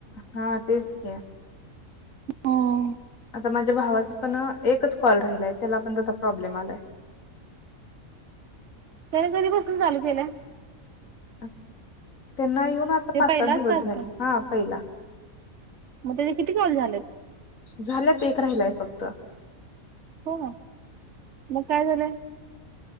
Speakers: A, on the left (about 70°); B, on the right (about 55°).
A: हा तेच क
B: ह
A: आता माझ्या भावाचा पण एकच कॉल राहिलाय त्याला पण तसा प्रॉब्लेम आलाय
B: त्याने कधीपासून चालू केलं
A: अ त्यांना येऊन आता
B: ते
A: पाच
B: पहिलाच
A: सात दिवस
B: टास्क
A: झाले हा पहिला
B: मग त्याचे किती कॉल झालेत
A: झाल्यात एक राहिलाय फक्त्
B: हो का मग काय झालंय